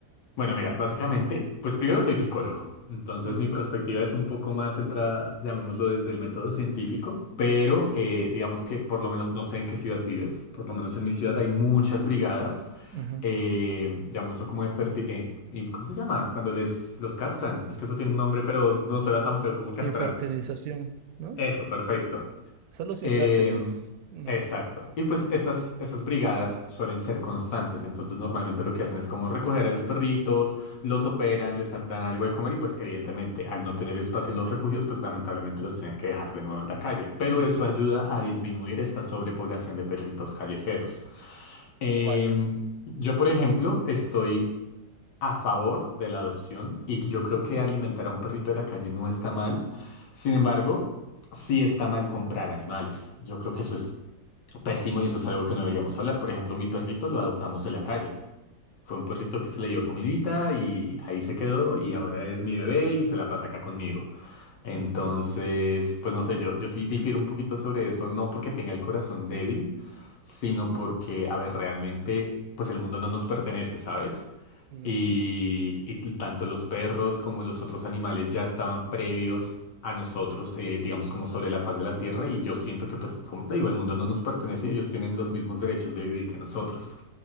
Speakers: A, on the left; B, on the right.
A: Bueno, mira, básicamente, pues primero soy psicólogo, entonces
B: Ujú,
A: mi perspectiva es un poco más centrada, llamémoslo desde el método científico, pero eh, digamos que por lo menos no sé en qué ciudad vives, por lo menos en mi ciudad hay muchas brigadas,
B: ujú.
A: eh, llamémoslo como de ferti- eh, ¿y ¿cómo se llama? Cuando les los castran, es que eso tiene un nombre, pero no suena tan feo como castrar.
B: Infertilización, ¿no?
A: Eso, perfecto.
B: Son los infértiles.
A: Eh,
B: Ujú,
A: exacto. Y pues esas, esas brigadas suelen ser constantes, entonces normalmente lo que hacen es como recoger a los perritos, los operan, les dan algo de comer y pues evidentemente al no tener espacio en los refugios, pues lamentablemente los tienen que dejar de nuevo en la calle. Pero
B: ujú.
A: eso ayuda a disminuir esta sobrepoblación de perritos callejeros. Em,
B: ¿Cuál?
A: yo, por ejemplo, estoy a favor de la adopción y yo creo
B: Ujú,
A: que alimentar a un perrito de la calle no está mal. Sin embargo, sí está mal comprar animales. Yo creo que eso es pésimo y eso es algo que no deberíamos hablar. Por ejemplo, mi perrito lo adoptamos de la calle. Fue un perrito que se le dio comidita y ahí se quedó y ahora es mi bebé y se la pasa acá conmigo. Entonces,
B: ujú,
A: pues no sé, yo, yo sí difiero un poquito sobre eso, no porque tenga el corazón débil, sino porque, a ver, realmente, pues el mundo no nos pertenece, ¿sabes?
B: ujú,
A: Y, y tanto los perros como los otros animales ya estaban previos a nosotros, eh, digamos, como sobre la faz de la Tierra, y yo siento que,
B: ujú.
A: pues, como te digo, el mundo no nos pertenece y ellos tienen los mismos derechos de vivir que nosotros.